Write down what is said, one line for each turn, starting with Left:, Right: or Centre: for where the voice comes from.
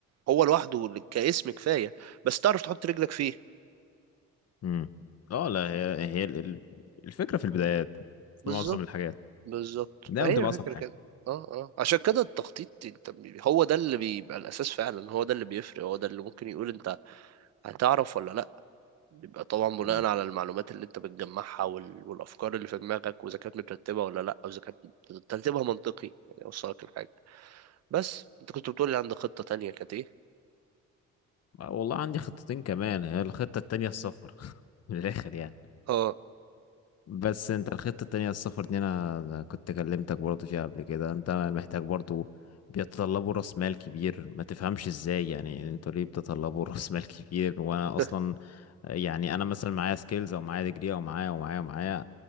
Right: هو لوحده كاسم كفاية بس تعرف تحط رجلك فيه
Left: مم. اه لا هي هي ال- ال- الفكرة في البدايات
Right: بالظبط
Left: في معظم الحاجات
Right: بالظبط
Left: دايما
Right: ما هي
Left: بتبقى
Right: الفكرة
Left: اصعب حاجة
Right: كده اه اه عشان كده التخطيط انت بي- هو ده اللي بيبقى الاساس فعلا هو ده اللي بيفرق هو ده اللي ممكن يقول انت هتعرف ولا بيبقى طبعا بناء
Left: مم.
Right: على المعلومات اللي انت بتجمعها وال... والافكار اللي في دماغك واذا كانت مترتبه ولا لا او اذا كانت ترتيبها منطقي يعني اوصلك لحاجه بس انت كنت بتقول لي عندك خطه تانية كانت ايه
Left: والله عندي خطتين كمان هي الخطة التانية السفر <laughs> من الاخر يعني
Right: اه
Left: بس انت الخطة التانية السفر دي انا أنا كنت كلمتك برضه فيها قبل كده انت محتاج برضه بيتطلبوا راس مال كبير ما تفهمش ازاي يعني انتوا ليه بتطلبوا <laughs> راس مال كبير وانا
Right: <laughs>
Left: اصلا يعني انا مثلا معايا سكيلز او معايا ديجري او معايا ومعايا ومعايا